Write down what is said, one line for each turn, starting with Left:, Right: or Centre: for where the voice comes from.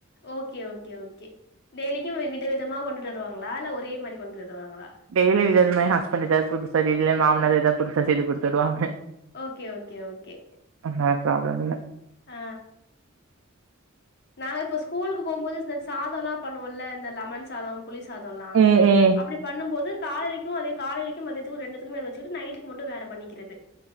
Left: ஓகே ஓகே ஓகே டெய்லிக்கூ வித விதமாக கொண்டுட்டு வருவாங்களா இல்ல ஒரே மாரி கொண்டுட்டு வருவாங்களா
Right: டெய்லி விதவிதமா என் ஹஸ்பண்டுக்கு புதுசா இல்ல என் மாமனாரு எதாவ்து புதுசா செய்து குடுத்துருவாங்க
Left: ஓகே ஓகே ஓகே
Right: அதனால் ப்ராப்ளம் இல்ல
Left: ஆ நா இப்ப ஸ்கூலுக்கு போம்போது இந்த சாதொல்லா பண்ணுவோல்ல இந்த லெமன் சாதொ புளி சாதொ ல்லா
Right: ம் ம்
Left: அப்டி பண்ணும்போது காலைலை க்கூ அதே காலைலைக்கும் மதியதுக்கும் ரெண்டுத்துக்குமே அதே வச்சுட்டு நைட்டுக்கு மட்டு வேற பண்ணிக்கிறது